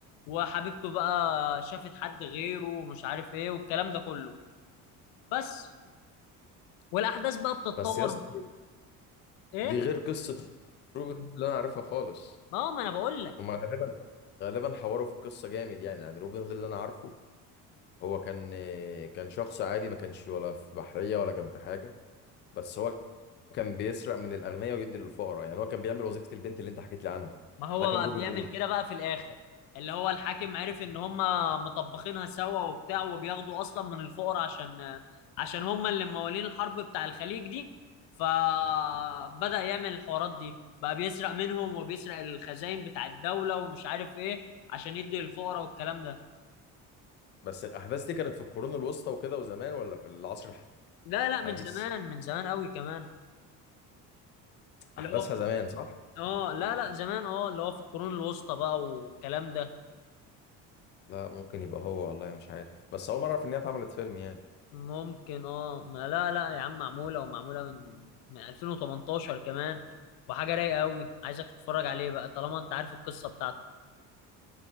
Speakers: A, on the left; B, on the left.
A: وحبيبته بقى شافت حد غيره ومش عارف ايه والكلام ده كله بس والاحداث بقى بتتطور
B: بس يا اسطى
A: ايه
B: دي غير قصة روبن هود اللي انا عارفها خالص
A: ما هو ما انا بقول لك
B: هما غالبا غالبا حوروا في القصة جامد يعني يعني روبن هود اللي انا عارفه هو كان كان شخص عادي ما كانش ولا في بحرية ولا كان في حاجة بس هو كان بيسرق من الأغنياء ويدي للفقراء يعني هو كان بيعمل وظيفة البنت اللي انت حكيت لي عنها
A: ما هو
B: ده كان
A: بقى
B: روبن
A: بيعمل
B: هود
A: كده بقى في الاخر اللي هو الحاكم عرف ان هم مطبخينها سوا وبتاع وبياخدوا اصلا من الفقراء عشان عشان هم اللي موالين الحرب بتاع الخليج دي فبدأ يعمل الحوارات دي بقى بيسرق منهم وبيسرق الخزائن بتاع الدولة ومش عارف ايه عشان يدي للفقراء والكلام ده
B: بس الأحداث دي كانت في القرون الوسطى وكده وزمان ولا في العصر
A: لا لا من
B: الحديث
A: زمان من زمان قوي كمان اللي
B: أحداثها
A: هو في...
B: زمان صح؟
A: اه لا لا زمان اه اللي هو في القرون الوسطى بقى والكلام ده
B: لا ممكن يبقى هو والله مش عارف بس أول مرة أعرف إن هي اتعملت فيلم يعني
A: ممكن اه ما لا لا يا عم معمولة ومعمولة من من 2018 كمان وحاجة رايقة قوي عايزك تتفرج عليه بقى طالما انت عارف القصة بتاعته